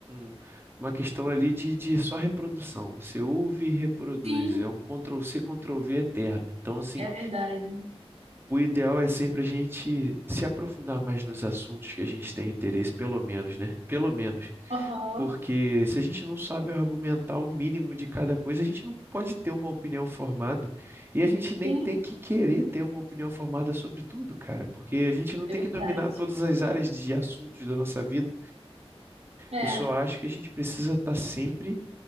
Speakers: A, on the right; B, on the right.
A: um- uma questão ali de, de só reprodução. Você ouve e reproduz.
B: Sim.
A: É um Ctrl C Ctrl+C, V eterno. Então, assim,
B: É verdade.
A: o ideal é sempre a gente se aprofundar mais nos assuntos que a gente tem interesse, pelo menos, né? Pelo menos.
B: Aham.
A: Porque se a gente não sabe argumentar o mínimo de cada coisa, a gente não pode ter uma opinião formada. E a gente nem
B: Tem
A: tem que querer ter uma opinião formada sobre tudo, cara, porque a gente não
B: É
A: tem
B: verdade.
A: que dominar todas as áreas de assuntos da nossa vida.
B: É,
A: Eu só acho que a gente precisa estar sempre